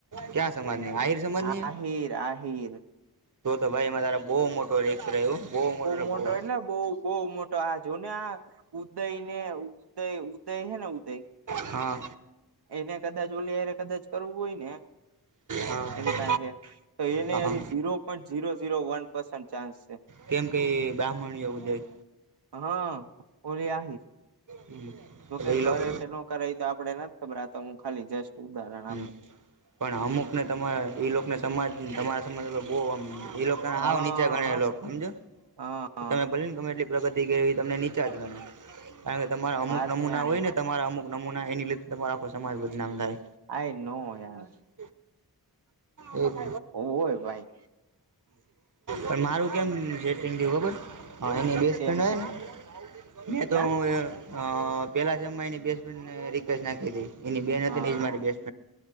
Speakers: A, on the right; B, on the right.
A: ક્યાં સમાજની આહિર સમમાજની?
B: આહીર આહીર
A: જો તો ભાઈમાં ત બહુ મોટો રીસ્ક રહ્યો બહુ મોટ
B: મોટો
A: બહ
B: એટલે બહુ બહુ મોટો આ જો ને આ ઉદય ને ઉદય ઉદય હે ને ઉદય
A: <unintelligible> હા
B: એને કદાચ ઓલેયરે કદાચ કરવું હોય ને
A: હા
B: એની પાસે તો એને
A: હા
B: હજુ zero point zero zero one point chance છે.
A: કેમ કે ઈ? એ બ્રાહ્મણ યો ઉદઈ.
B: હા ઓલે આવી?
A: હમ
B: જોકે
A: એટલે એ
B: કરે
A: લોકો
B: કે ન કરે એ તો આપડે નથી ખબર હું ખાલી જસ્ટ ઉદાહરણ
A: હમ
B: આપું.
A: પણ અમુક ને તમારા એ લોકોને સમાજ તમારા સમાજ બહ એ લોકો તને
B: હા
A: હાવ નીચે ગણલો સમજો
B: હા
A: તમે ભલે ને ગમે એટલી પ્રગતિ કરવી તમને નીચા જ ગને કારણ કે તમારા અમુક
B: વાત
A: નમૂના
B: ત્યાં
A: હોય
B: હે
A: ને તમારા અમુક નમૂના એની લીધે તમારો આખો સમાજ બદનામ થાય.
B: આ નો યાર
A: બ એવું <inaudible>
B: હોય ભાઈ
A: પણ મારું કેમ સેટિંગ થું બબર? હા એની બેસ્ટ
B: કેમ
A: ફ્રેન્ડ હોયને,
B: છે
A: મે
B: ક્યાં
A: તો અ પેલા અમાં એની બેસ્ટ ફ્રે રિક્વેસ્ટ નાખી હતી એની બેન
B: હા
A: હતી એજ મારી બેસ્ટ એ